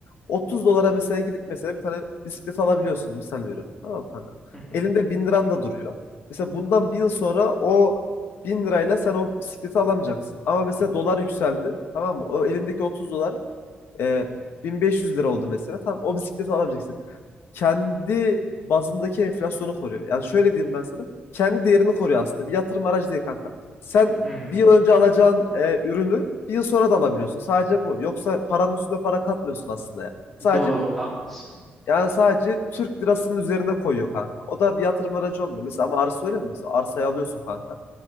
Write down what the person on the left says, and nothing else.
30 dolara mesela gidip mesela bir tane bisiklet alabiliyorsun misal veriyorum. Tamam mı kanka.
Elinde 1000 liran da duruyor. Mesela bundan bir yıl sonra o 1000 lirayla sen o bisikleti alamayacaksın. Ama mesela dolar yükseldi. Tamam mı? O elindeki 30 dolar e, 1500 lira oldu mesela. Tamam o bisikleti alabileceksin. Kendi bazındaki enflasyonu koruyor. Yani şöyle diyeyim ben sana. Kendi değerini koruyor aslında. Bir yatırım aracı değil kanka. Sen
bir yıl önce alacağın e, ürünü bir yıl sonra da alabiliyorsun. Sadece bu. Yoksa paranın üstüne para katmıyorsun aslında yani. Sadece
yani sadece Türk lirasının üzerine koyuyor kanka. O da bir yatırım aracı olmuyor. Mesela ama arsa öyle mi? Mesela arsayı alıyorsun kanka.